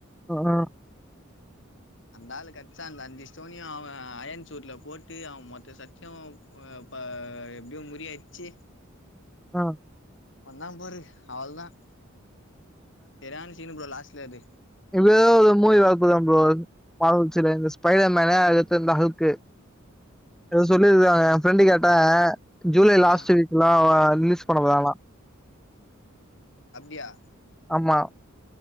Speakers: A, in the centre; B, on the left (about 60°).
A: ஆஹா
B: அந்த ஆளு கிடச்சா அந்த அஞ்சு ஸ்டோனையும் அவன் அயன் சூட்ல போட்டு அவன் மொத்த சத்தியம் அப்ப எப்டியும் முறி அடிச்சி
A: ஆஹ்
B: வந்தான் பாரு அவ்ளோதான் சரியான சீனு ப்ரோ லாஸ்ட்ல அது
A: இப்ப ஏதோ ஒரு மூவி வரப் போதா ப்ரோ நம்ள வாழ்ச்சியில இந்த ஸ்பைடர்மேனா அடுத்து இந்த ஹல்க்கு
B: <inaudible>
A: ஏதோ சொல்லிருக்காங்க என் ஃப்ரெண்டு கேட்ட ஜூலை
B: ஆ
A: லாஸ்ட் வீக் தான் ரிலீஸ் பண்ண போறாங்களா
B: அப்டியா
A: ஆமா